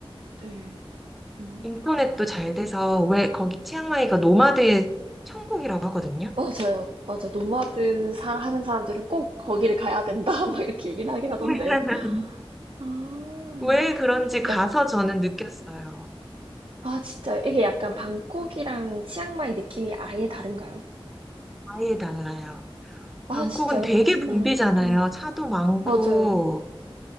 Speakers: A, on the right; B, in the centre.
A: 네. 음.
B: 인터넷도 잘 돼서 왜 거기 치앙마이가 노마드의 천국이라고 하거든요.
A: 맞아요. 맞아. 노마드 살 하는 사람들은 꼭 거기를 가야 된다. <laughs> 막 이렇게 얘기는 하긴
B: <laughs>
A: 하던데. 아,
B: 왜 그런지 가서
A: 약,
B: 저는 느꼈어요.
A: 아, 진짜요? 이게 약간 방콕이랑 치앙마이 느낌이 아예 다른가요?
B: 아예 달라요.
A: 아,
B: 방콕은
A: 진짜요?
B: 되게
A: 같은
B: 붐비잖아요.
A: 나라인데도.
B: 차도 많고.
A: 맞아요.